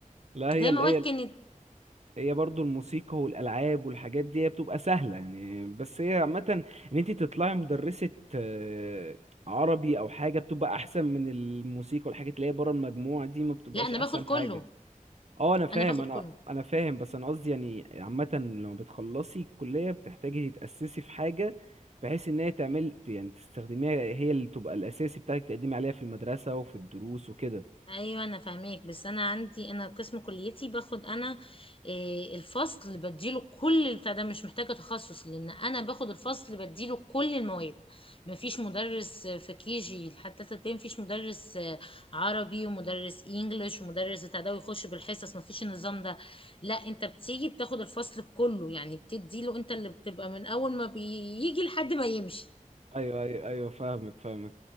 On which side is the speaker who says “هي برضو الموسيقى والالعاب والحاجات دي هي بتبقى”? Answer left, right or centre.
Right